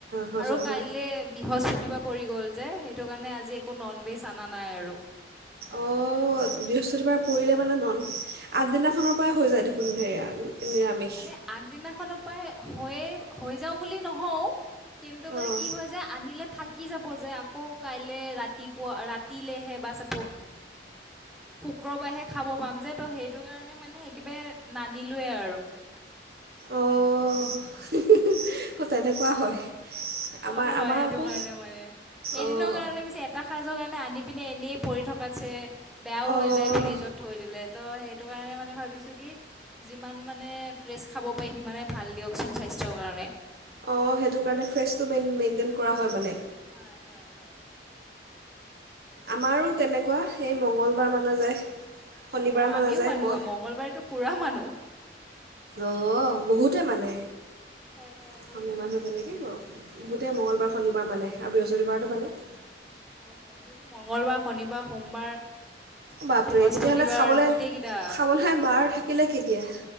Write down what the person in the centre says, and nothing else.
আৰু কাইলে
বৃহস্পতিবাৰ গল যে সেইটো কাৰণে আজি একো নন ভেজ অনা নাই আৰু।
মানে আগদিনাখনো পাই হৈ হৈ যাওঁ বুলি নহও কিন্তু মানে
কি হয় যে আনিলে থাকি যাব যে আকৌ কাইলৈ ৰাতিপুৱা ৰাতিলেহে বা চাব শুক্ৰবাৰেহে খাব পাম যে তো সেইটো কাৰণে মানে একেবাৰে নানিলোৱেই আৰু।
হয় হয়
সেইটো
কাৰণে মানে এদিনৰ
কাৰণে পিছে এটা সাজৰ কাৰণে আনি পিনে এনেই পৰি থকাতছে বেয়াও
হৈ যায় ফ্ৰিজত থৈ দিলে ত সেই সেই টো কাৰণে মানে ভাবিছো কি যিমান মানে ফ্ৰেচ খাব পাৰি সিমানে ভাল দিয়কচোন স্বাস্থ্যৰ কাৰণে।
হয় হয় হয়।
অ অ
আমিও
মানু
মংগলবাৰে তো পুৰা মানো। উ <unintelligible>
হয় হয়
বহুতে
মানে
বাৰু দেই
হয় হয় মোৰতো মংগলবাৰ শনিবাৰ সোমবাৰ
বৃহস্পতিবাৰ
গোটেইকেইটা